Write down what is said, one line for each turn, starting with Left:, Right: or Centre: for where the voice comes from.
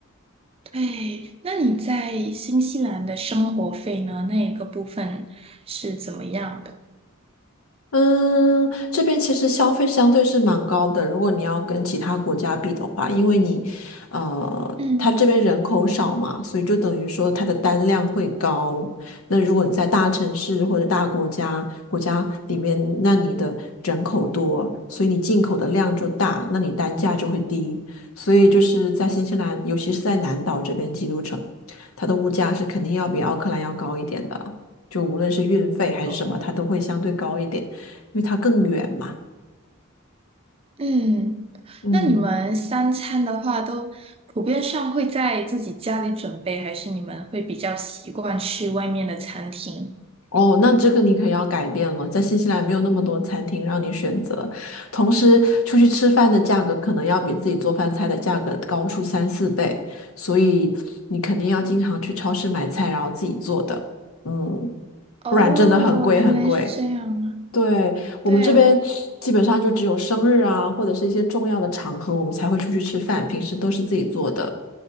Right: 对，那你在新西兰的生活费呢？那一个部分是怎么样的？
Left: 嗯，这边其实消费相对是蛮高的，如果你要跟其他国家比的话，因为你，呃，
Right: 嗯，
Left: 它这边人口少嘛，所以就等于说它的单量会高。那如果你在大城市或者大国家国家里面，那你的人口多，所以你进口的量就大，那你单价就会低。所以就是在新西兰，尤其是在南岛这边基督城，它的物价是肯定要比奥克兰要高一点的，就无论是运费还是什么，
Right: 哦哦，
Left: 它都会相对高一点。因为它更远嘛。
Right: 嗯，
Left: 嗯，
Right: 那你们三餐的话，都普遍上会在自己家里准备，还是你们会比较习惯去外面的餐厅？
Left: 哦，那这个你可要改变了，在新西兰没有那么多餐厅让你选择，同时出去吃饭的价格可能要比自己做饭菜的价格高出三四倍，所以你肯定要经常去超市买菜，然后自己做的，嗯，
Right: 哦，
Left: 不然真的很贵很贵。
Right: 原来是这样。
Left: 对，我们这边基本上就只有生日啊，
Right: 对，我
Left: 或者是一些重要的场合，我们才会出去吃饭，平时都是自己做的，